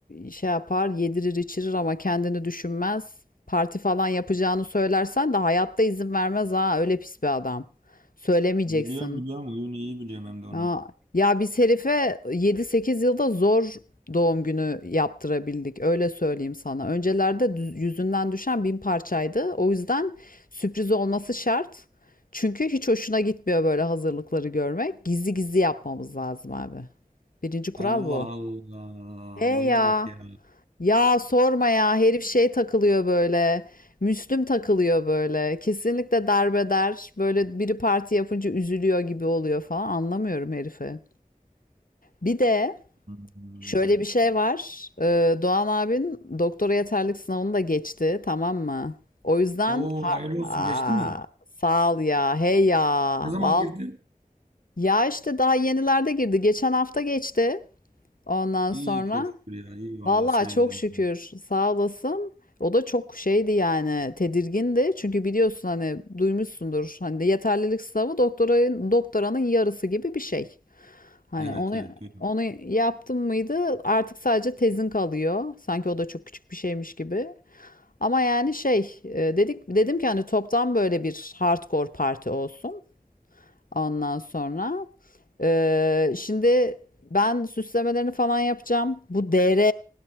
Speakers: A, on the left (about 75°); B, on the right (about 65°).
A: şey yapar, yedirir içirir ama kendini düşünmez. Parti falan yapacağını söylersen de hayatta izin vermez ha. Öyle pis bir adam. Söylemeyeceksin.
B: Biliyorum biliyorum, huyunu iyi biliyorum hem de onun.
A: Ha, ya biz herife yedi sekiz yılda zor doğum günü yaptırabildik. Öyle söyleyeyim sana. Öncelerde düz- yüzünden düşen bin parçaydı. O yüzden sürpriz olması şart. Çünkü hiç hoşuna gitmiyor böyle hazırlıkları görmek. Gizli gizli yapmamız lazım abi. Birinci kural
B: Allah
A: bu.
B: Allah,
A: He
B: adama
A: ya.
B: bak ya.
A: Ya sorma ya. Herif şey takılıyor böyle. Müslüm takılıyor böyle. Kesinlikle darbeder. Böyle biri parti yapınca üzülüyor gibi oluyor falan. Anlamıyorum herifi. Bir de
B: Hmm.
A: şöyle bir şey var. Ee, Doğan abin doktora yeterlik sınavını da geçti, tamam mı? O yüzden
B: Oo
A: ha
B: hayırlı olsun,
A: Aa,
B: geçti mi?
A: sağ ol ya, hey ya,
B: Ne zaman
A: val.
B: girdi?
A: Ya işte daha yenilerde girdi. Geçen hafta geçti. Ondan
B: İyi
A: sonra
B: çok şükür ya, iyi vallahi
A: vallahi
B: sevindim.
A: çok şükür sağ olasın. O da çok şeydi yani tedirgindi. Çünkü biliyorsun hani duymuşsundur. Hani de yeterlilik sınavı doktorayın doktoranın yarısı gibi bir şey. Hani
B: Evet
A: onu
B: evet duydum.
A: onu yaptın mıydı artık sadece tezin kalıyor. Sanki o da çok küçük bir şeymiş gibi. Ama yani şey e, dedik dedim ki hani toptan böyle bir hardcore parti olsun. Ondan sonra e, şimdi ben süslemelerini falan yapacağım. Bu DR